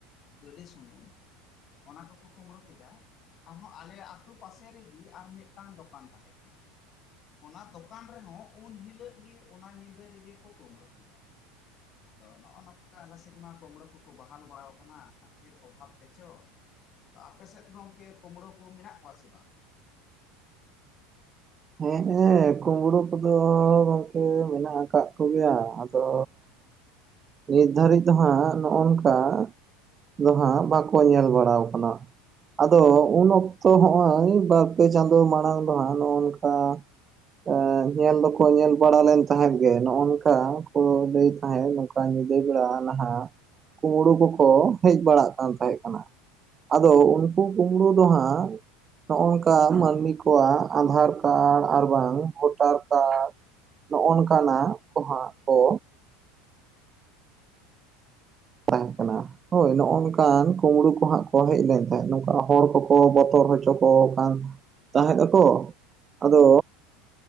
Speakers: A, on the left; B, on the right.
A: ᱜᱟᱹᱰᱤ ᱥᱩᱱᱩᱢ ᱚᱱᱟ ᱠᱚᱠᱚ ᱠᱩᱢᱵᱽᱲᱩ ᱠᱮᱫᱟ ᱟᱨᱦᱚᱸ ᱟᱞᱮᱭᱟᱜ ᱟᱛᱳ ᱯᱟᱥᱮ ᱨᱮᱜᱮ ᱟᱨ ᱢᱤᱫᱴᱟᱝ ᱫᱚᱠᱟᱱ ᱛᱟᱦᱮᱸ ᱠᱟᱱᱟ ᱚᱱᱟ ᱫᱚᱠᱟᱱ ᱨᱮᱦᱚᱸ ᱩᱱ ᱦᱤᱞᱟᱹᱜ ᱜᱮ ᱚᱱᱟ ᱧᱤᱫᱟᱹ ᱨᱮᱜᱮ ᱠᱚ ᱠᱳᱢᱵᱽᱲᱳ ᱠᱮᱫᱟ
B: <inaudible>
A: ᱟᱫᱚ ᱱᱚᱜ-ᱱᱚᱝᱠᱟ ᱟᱞᱮ ᱥᱮᱫ ᱢᱟ ᱠᱳᱢᱵᱲᱳ ᱠᱚᱠᱚ ᱵᱟᱦᱟᱞ ᱵᱟᱲᱟᱣ ᱠᱟᱱᱟ ᱪᱮᱫ ᱚᱵᱷᱟᱵ ᱛᱮᱪᱚ ᱟᱯᱮ ᱥᱮᱫ ᱜᱚᱝᱠᱮ ᱠᱳᱢᱵᱽᱲᱳ ᱠᱚ ᱢᱮᱱᱟᱜ ᱠᱚᱣᱟ ᱥᱮ ᱵᱟᱝ?
B: ᱦᱮᱸᱜ ᱮ ᱠᱩᱵᱽᱲᱩ ᱠᱚᱫᱚ ᱜᱚᱢᱠᱮ ᱢᱮᱱᱟᱜ ᱟᱠᱟᱫ ᱠᱚᱜᱮᱭᱟ ᱟᱫᱚ, ᱱᱤᱛ ᱫᱷᱟᱹᱨᱤᱡ ᱫᱚ ᱦᱟᱸᱜ ᱱᱚᱜ-ᱱᱚᱝᱠᱟ ᱾ ᱫᱚ ᱦᱟᱸᱜ ᱵᱟᱠᱚ ᱧᱮᱞ ᱵᱟᱲᱟᱣ ᱟᱠᱟᱱᱟ ᱾ ᱟᱫᱚ ᱩᱱ ᱚᱠᱛᱚ ᱦᱚᱸᱜᱼᱚᱭ ᱵᱟᱨᱯᱮ ᱪᱟᱸᱫᱚ ᱢᱟᱲᱟᱝ ᱫᱚ ᱦᱟᱸᱜ ᱱᱚᱜᱼᱚ ᱱᱚᱝᱠᱟ ᱾ ᱚᱻ ᱮᱧ, ᱧᱮᱞ ᱫᱚᱠᱚ ᱧᱮᱞ ᱵᱟᱲᱟ ᱞᱮᱱ ᱛᱟᱦᱮᱸᱫ ᱜᱮ ᱱᱚᱜ-ᱚ ᱱᱚᱝᱠᱟ ᱠᱚ ᱞᱟᱹᱭ ᱛᱟᱦᱮᱸᱫ, ᱱᱚᱝᱠᱟ ᱚᱠᱟ ᱧᱤᱫᱟᱹ ᱵᱮᱲᱟ ᱱᱟᱦᱟᱜ ᱠᱩᱢᱲᱳ ᱠᱚ ᱠᱚ ᱦᱮᱡ ᱵᱟᱲᱟᱜ ᱠᱟᱱ ᱛᱟᱦᱮᱸ ᱠᱟᱱᱟ ᱾ ᱟᱫᱚ ᱩᱱᱠᱩ ᱠᱩᱵᱽᱲᱩ ᱫᱚ ᱦᱟᱸᱜ ᱱᱚᱝᱠᱟ ᱢᱟᱹᱱᱢᱤ ᱠᱚᱣᱟᱜ ᱟᱸᱫᱷᱟᱨ ᱠᱟᱨᱰ ᱟᱨ ᱵᱟᱝ ᱵᱷᱳᱴᱟᱨ ᱠᱟᱨᱰ ᱱᱚᱜᱼᱚ ᱱᱚᱝᱠᱟᱱᱟᱜ ᱠᱚ ᱦᱟᱸᱜ ᱠᱚ ᱛᱟᱦᱮᱸ ᱠᱟᱱᱟ ᱾ ᱦᱳᱭ ᱱᱚᱜᱼᱚ ᱱᱚᱝᱠᱟᱱ ᱠᱩᱢᱵᱽᱲᱩ ᱠᱚ ᱦᱟᱸᱜ ᱠᱚ ᱦᱮᱡ ᱞᱮᱱ ᱛᱟᱦᱮᱸᱫ ᱱᱚᱝᱠᱟ ᱦᱚᱲ ᱠᱚ ᱠᱚ ᱵᱚᱛᱚᱨ ᱦᱚᱪᱚ ᱠᱚ ᱠᱟᱱ ᱾ ᱛᱟᱦᱮᱸᱫ ᱟᱠᱚ ᱟᱫᱚ,